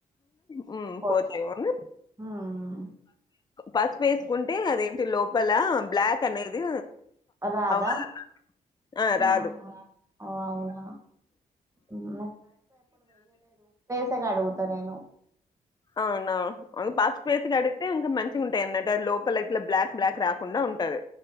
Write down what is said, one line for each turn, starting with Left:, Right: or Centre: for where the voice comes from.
Left: హ్మ్
Right: పో-
Left: పోట్లే మళ్ళీ
Right: ఉమ్
Left: పసుపు వేసుకుంటే అదేంటి లోపల బ్లాక్ అనేది
Right: రాదా
Left: అవ్వాలన్నా ఆ రాదు
Right: ఆహా ఓ అవునా ఉమ్, సగా అడుగుతా నేను
Left: అవునా అ పాక్స్ట్ ప్లేస్ అడితే అంకా మంచిష ఉంటాయి అన్నంటే లోపల ఇట్లా బ్లాక్ బ్లాక్ రాకుండా ఉంటది